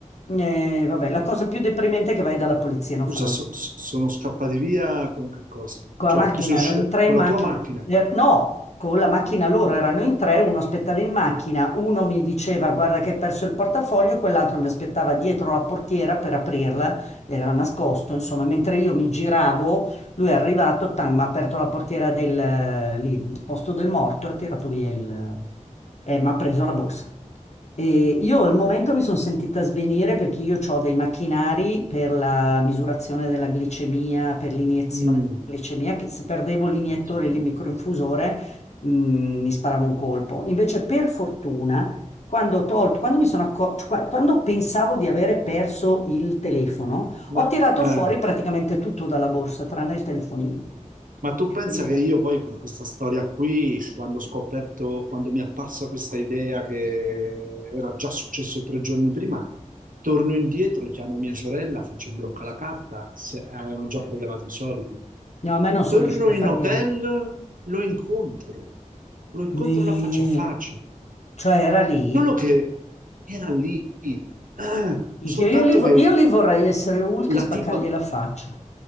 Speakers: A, on the left; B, on the right.
A: Eh, vabbè, la cosa più deprimente è che vai dalla polizia,
B: Scusa,
A: non fanno
B: so- so- sono scappati via con che cosa?
A: con
B: Cioè,
A: la macchina,
B: tu sei uscito
A: ero in tre
B: con
A: in
B: la
A: macchina.
B: tua macchina?
A: Eh, No, con la macchina loro erano in tre, uno aspettava in macchina, uno mi diceva guarda che hai perso il portafoglio, quell'altro mi aspettava dietro la portiera per aprirla, era nascosto, insomma, mentre io mi giravo, lui è arrivato, tang, mi ha aperto la portiera del eh, lì, il posto del morto e ha tirato via il... e mi ha preso la borsa. E io al momento mi sono sentita svenire perché io ho dei macchinari per la misurazione della glicemia, per l'iniezione
B: Mm,
A: della glicemia, che se perdevo l'iniettore
B: insomma,
A: e il microinfusore, mh, mi sparavo un colpo. Invece, per fortuna, quando ho tolto, quando mi sono accor- cioè, qua- quando pensavo di avere perso il telefono, ho
B: ma
A: tirato
B: eh,
A: fuori praticamente tutto dalla borsa, tranne il telefonino.
B: Ma tu
A: E
B: pensa
A: quindi
B: che
A: era-
B: io poi con questa storia qui, quando ho scoperto, quando mi è apparsa questa idea che era già successo tre giorni prima, torno indietro, chiamo mia sorella, faccio il blocca la carta, se avevano già prelevato i soldi.
A: No, a me non sono
B: Torno
A: riuscita
B: in
A: a fare
B: hotel,
A: niente.
B: lo incontro, lo incontro
A: Nì.
B: la faccia a faccia.
A: Cioè, era lì.
B: Solo che era lì, <clears throat> soltanto
A: Minchia, io lì, vo-
B: che
A: io lì vorrei essere Hulk
B: la
A: e spaccargli
B: tipa...
A: la faccia.